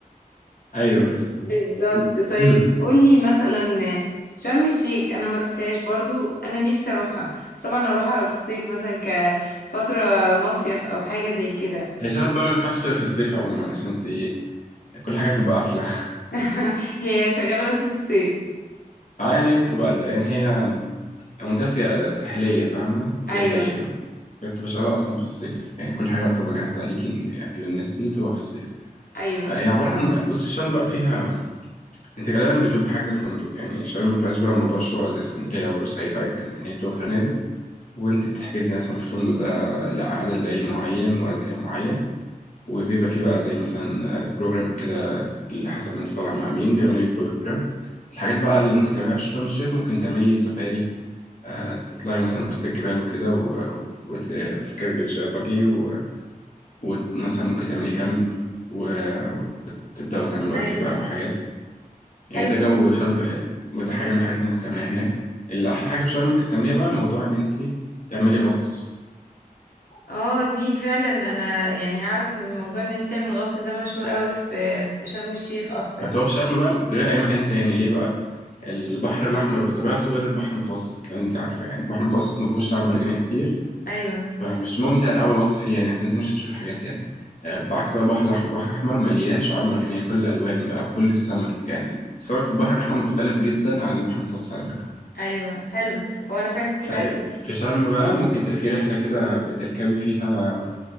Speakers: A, on the left; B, on the left.
A: أيوه أيوه
B: بالظبط طيب
A: <clears throat>
B: قولي مثلا شرم الشيخ انا ما روحتهاش برضو انا نفسي اروحها بس طبعا اروحها في الصيف مثلا كفتره مصيف او حاجه زي كده
A: هي بقى ما ينفعش غير في الصيف عموما عشان انت كل حاجة تبقى قافلة <laughs>
B: <laughs> هي شغاله بس في الصيف
A: اه يعني هي بتبقى يعني هي منطقة سيا- ساحلية فاهمة سياحية
B: ايوه
A: كمان هي بتبقى شغالة أصلا في الصيف يعني كل حاجة بتبقى جاهزة ليكي إن- للناس دي بتبقى في الصيف
B: ايوه
A: آه، هي عبارة عن بص شرم بقى فيها انت غالبا بتبقي حاجة فندق يعني شرم ما فيهاش بقى موضوع شقق زي اسكندرية وبورسعيد أو أي مكان تاني بتبقى فنادق وانت بتحجزي مثلا في الفندق ده لعدد ليالي معين وعدد أيام معين وبيبقى فيه بقى زي مثلا بروجرام كده اللي حسب ما انت طالعه مع مين بيعمل لك بروجرام الحاجات بقى اللي ممكن تعمليها في شرم الشيخ ممكن تعملي سفاري آه، تطلعي مثلا وسط الجبال وكده و- وت- وتركبي بيتش باجي و- ومثلا ممكن تعملي كامب وتبدأوا تعملوا
B: ايوه
A: أكل بقى وحاجات يعني
B: حلو
A: ده جو
B: أوي.
A: شرم وده حاجة من الحاجات اللي ممكن تعمليها هناك اللي أحلى حاجة في شرم ممكن تعمليها بقى موضوع إن أنت تعملي غطس
B: اه دي فعلا انا يعني اعرف ان موضوع ان انت تعمل غطس ده مشهور قوي في في شرم الشيخ اكتر
A: بس هو في شرم بقى غير أي مكان تاني ليه بقى؟ البحر الأحمر بطبيعته غير البحر المتوسط لو أنت عارفة يعني البحر المتوسط ما فيهوش شعاب مرجانية كتير
B: ايوه
A: فمش ممتع أوي الغطس فيه يعني هتنزلي مش هتشوفي حاجات يعني آه، بعكس بقى البحر الأحمر البحر الأحمر مليان شعاب مرجانية كل الألوان بقى وكل السمك يعني السمك في البحر الأحمر مختلف جدا عن البحر المتوسط على فكرة
B: ايوه حلو هو انا فعلا سمعت
A: ف- في شرم بقى ممكن تبقى في رحلة كده بتركبي فيها